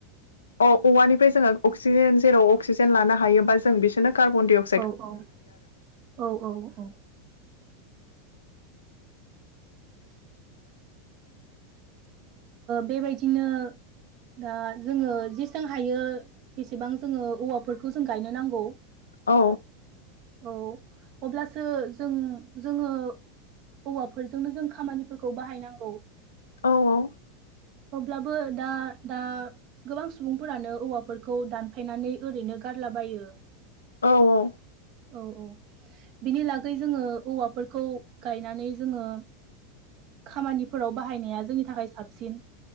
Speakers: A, on the left; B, on the right.
A: औ औवानिफ्राय जोङो अक्सिजेन जेराव अक्सिजेन लानो हायोबा जों बिसोरनो कार्बनडाइ
B: औ औ औ औ औ <inaudible> बेबायदिनो दा जोङो जेसां हायो बेसेबां जोङो औवाफोरखौ जों गायनो नांगौ
A: औ
B: औ अब्लासो जों जोङो हौवाफोरजोंनो जों खामानिफोरखौ बाहायनांगौ
A: औ औ
B: अब्लाबो दा दा गोबां सुबुंफोरानो औवाफोरखौ दानफायनानै ओरैनो गारलाबायो
A: औ औ
B: औ औ बिनि लागै जोङो औवाफोरखौ गायनानै जोङो खामानिफोराव बाहायनाया जोंनि थाखाय साबसिन